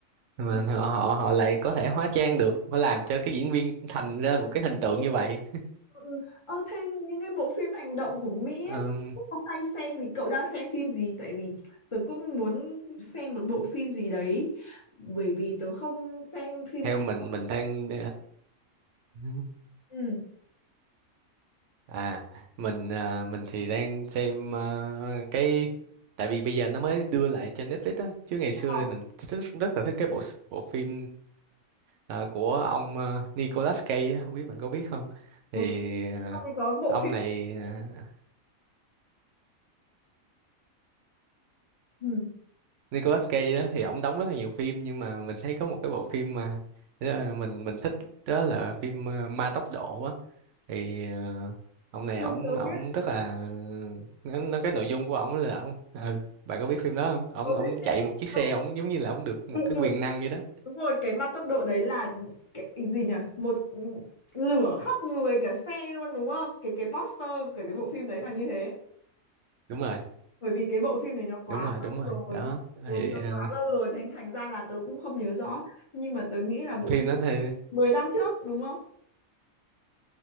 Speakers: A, on the right; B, on the left.
A: mà
B: ừ,
A: họ họ họ lại có thể hóa trang được phải làm cho cái diễn viên thành ra một cái hình tượng như vậy
B: ừ. ừ. Ờ, thế những cái bộ phim hành động của Mỹ
A: Ừm,
B: ấy, cũng không hay xem thì cậu đang xem phim gì? Tại vì tớ cũng muốn xem một bộ phim gì đấy bởi vì tớ không xem phim
A: theo
B: Hàn.
A: mình mình đang ờ,
B: Ừ.
A: À, mình à, mình thì đang xem à, cái tại vì bây giờ nó mới đưa lại trên Netflix á chứ ngày
B: Ờ,
A: xưa thì mình thích, rất là thích cái bộ bộ phim à, của ông à, Nicolas Cage á, không biết bạn có biết không? Thì
B: Tớ không
A: à,
B: không thì có bộ
A: ông
B: phim
A: này à,
B: ừ.
A: Nicolas Cage đó thì ông đóng rất là nhiều phim nhưng mà mình thấy có một cái bộ phim mà ờ, mình mình thích đó là phim à, Ma Tốc Độ á thì ờ, ông này
B: Ừ,
A: ổng
B: tớ
A: ổng
B: biết
A: rất là nó, nó cái nội dung của ổng là ổng ừ bạn có biết phim đó không ổng
B: tớ
A: ổng
B: biết phim
A: chạy
B: Mặt
A: một chiếc xe
B: Tốc Độ.
A: ổng giống như là ổng được một
B: ừ,
A: cái
B: ừ.
A: quyền năng vậy đó
B: đúng rồi cái mặt tốc độ đấy là cái gì nhỉ một lửa khắp người cả xe luôn đúng không cái cái poster cái cái bộ phim đấy là như thế
A: đúng rồi
B: bởi vì cái bộ phim này nó quá
A: đúng rồi đúng
B: lâu
A: rồi
B: rồi
A: đó thì
B: đúng nó
A: ờ,
B: quá lâu rồi thành thành ra là tớ cũng không nhớ rõ nhưng mà tớ nghĩ là bộ
A: phim
B: phim
A: đó thì
B: 10 năm trước đúng không